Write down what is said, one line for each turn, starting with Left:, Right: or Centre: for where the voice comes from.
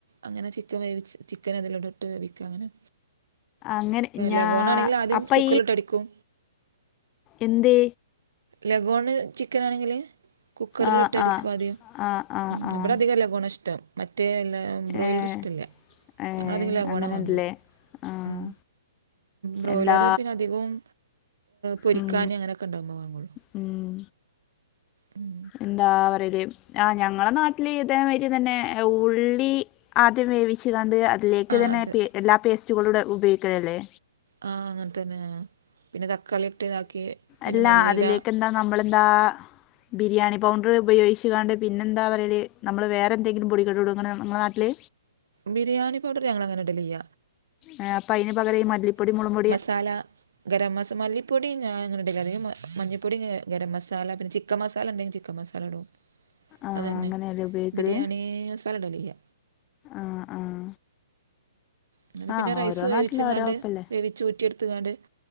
Right: അങ്ങനെ ചിക്കൻ വേവിച്ച് ചിക്കൻ അതിലിടും ട്ട് വേവിക്കും അങ്ങനെ
Left: അങ്ങനെ ഞാ
Right: ലഗോൺ ആണെങ്കിൽ ആദ്യം
Left: അപ്പൊ
Right: കുക്കറിലിട്ട് അടിക്കും
Left: എന്തേ
Right: ലഗോണ് ചിക്കൻ ആണെങ്കില് കുക്കറിലിട്ട്
Left: ആഹ്
Right: അടിക്കും
Left: ആഹ്
Right: ആദ്യം
Left: ആഹ് ആഹ്
Right: ഉം
Left: ആഹ്
Right: അവിടെ അധികം ലഗോണാ ഇഷ്ടം മറ്റേ ല്ലാ ബ്രോയില്
Left: ഏഹ്
Right: ഇഷ്ടല്ല
Left: ഏഹ്
Right: ഞങ്ങളതികം ലെഗോണ
Left: അങ്ങനെണ്ട്ല്ലേ
Right: വാങ്ങല്
Left: ആഹ്
Right: ഉം ബ്രോയിലറ്
Left: എന്താ
Right: പിന്നെ അധികവും പൊരിക്കാൻ
Left: ഉം
Right: അങ്ങനെയൊക്കെ ഉണ്ടാകുമ്പോ വാങ്ങും
Left: ഉം
Right: ഉം
Left: എന്താ പറയത് ആ ഞങ്ങളെ നാട്ടില് ഇതേമാരി തന്നെ ഉള്ളി ആദ്യം വേവിച്ച് കണ്ട് അതിലേക്ക്
Right: ആ
Left: തന്നെ
Right: അതെ
Left: പേ എല്ലാ പേസ്റ്റുകളുടെ ഉപയോഗിക്കുക അല്ലേ
Right: ആ അങ്ങനെ തന്നെയാ പിന്നെ തക്കാളി ഇട്ട് ഇതാക്കി പിന്നെ
Left: അല്ല
Right: മല്ലിയില
Left: അതിലേക്ക് എന്താ നമ്മളെന്താ ബിരിയാണി പൗണ്ടർ ഉപയോഗിച്ചുകാണ്ട് പിന്നെ എന്താ പറയൽ നമ്മൾ വേറെന്തങ്കിലും പൊടികെടൂടുംങ്ങന നിങ്ങ നമ്മടെ നാട്ടില്
Right: ബിരിയാണി പൗഡർ ഞങ്ങൾ അങ്ങനെ ഇടില് ഇല്ല
Left: ആ അപ്പ അയ്ന് പകരം ഈ മല്ലിപ്പൊടി മുളുംപൊടിയാ
Right: താല ഗരം മസാ മാല്ലിപ്പൊടി ഞാന്ങ്ങനെ ഇടില്ല അധികം മഞ്ഞപ്പൊടി ഗരം മസാല പിന്നെ ചിക്കൻ മസാല ഉണ്ടെങ്കിൽ ചിക്കൻ മസാല ഇടോ
Left: ആഹ്
Right: അതന്നെ
Left: അങ്ങനെയല്ലേ ഉപയോഗിക്കല്
Right: ബിരിയാണി സാലടിലില്ല
Left: ആഹ് ആഹ്
Right: അങ്ങനെ പിന്നെ
Left: ആഹ്
Right: റൈസ്
Left: ഓരോ
Right: വേവിച്ച്
Left: നാട്ടിലും
Right: ഇങ്ങാണ്ട്
Left: ഓരോ വെപ്പല്ലേ
Right: വേവിച്ച് ഉറ്റിയെടു ത്താണ്ട്